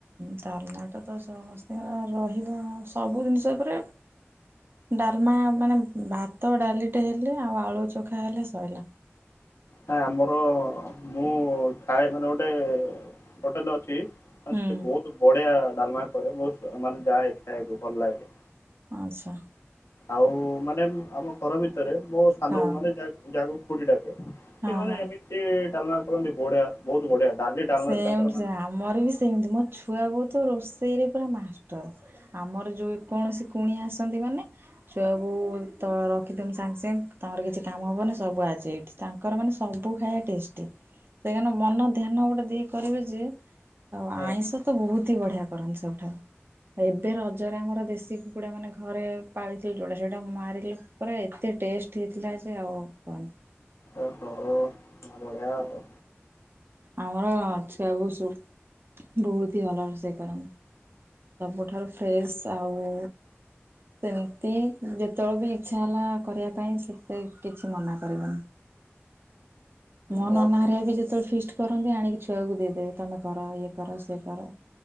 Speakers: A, on the right; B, on the left.
A: ତାଲମା ଟ ତ ସମସ୍ତିଙ୍କର ରହିବ, ସବୁ ଜିନିଷ ଉପରେ ଡାଲମା ମାନେ ଭାତ ଡାଲିଟେ ହେଲେ ଆଉ ଆଳୁ ଚଖା ହେଲେ ଶୋଇଲା।
B: ହେଁ ଆମର ମୁଁ ଖାଏ ମାନେ ଗୋଟେ ହୋଟେଲ୍ ଅଛି। ଆଉ
A: ହୁଁ
B: ସେଠି ବହୁତ ବଢିଆ ଡାଲମା କରେ। ବହୁତ ମାନେ ଯାଏ ଖାଇଆକୁ ଭଲ ଲାଗେ।
A: ଆଚ୍ଛା।
B: ଆଉ ମାନେ ଉଁ, ଆମ ଘର ଭିତରେ ମୋ ସାନ
A: ହଁ
B: ବୋଉ ମାନେ ଯା ଯାହାକୁ ଖୁଡି ଡାକେ। ସିଏ
A: ହଁ
B: ମାନେ
A: ହଁ।
B: ଏମିତି ଡାଲମା କରନ୍ତି ବଢିଆ ବହୁତ ବଢିଆ। ଡାଲି ଡାଲମାରେ
A: ସେମତି
B: ତାଙ୍କର ମାନେ
A: ସେ ଆମର ବି ସେମତି ମୋ ଛୁଆ ବୋଉ ତ ରୋଷେଇରେ ପୁରା ମାଷ୍ଟର। ଆମର ଯୋଉ କୌଣସି କୁଣିଆ ଆସନ୍ତି ମାନେ ଛୁଆବୋଉ ତ ରଖିଦିଅନ୍ ସାଙ୍ଗ ସାଙ୍ଗେ ତୋମର କିଛି କାମ ହବନ ସବୁ ଆଜି ଏଇଠି। ତାଙ୍କର ମାନେ ସବୁ ଖାଇବା ଟେଷ୍ଟି। ସେ କାନ ମନ ଧ୍ୟାନ ଗୋଟେ ଦେଇ କରିବେ ଯେ ଆଉ
B: ହଁ
A: ଆଇଁଷ ତ ବହୁତ ହି ବଢିଆ କରନ୍ତି ସୁବୁଠାରୁ। ଏବେ ରଜରେ ଆମର ଦେଶୀ କୁକୁଡା ମାନେ ଘରେ ପାଳିଥିଲୁ ଯୋଉଟା ସେଟା ମାରିଲୁ। ପରା ଏତେ ଟେଷ୍ଟ ହେଇଥିଲା ଯେ ଆଉ କୁହନି।
B: ଓହୋ! ହଁ ବଢିଆ ଆଉ।
A: ଆମର ଛୁଆ ବୋଉ ସୁଟ ବହୁତ୍ ହି ଭଲ ରୋଷେଇ କରନ୍ତି। ସବୁଠାରୁ ଫ୍ରେସ ଆଉ ସେମିତି ଯେତେବେଳେ ବି ଇଚ୍ଛା ହେଲା କରିବା ପାଇଁ ସେତେ କିଛି ମନା କରିବନି। ମୋ
B: ତାପରେ
A: ନନାହରିଆ ବି ଯେତେବେଳେ ଫିଷ୍ଟ୍ କରନ୍ତି ଆଣିକି ଛୁଆକୁ ଦେଇଦେବେ ତମେ କର ଇଏ କର ସେ କର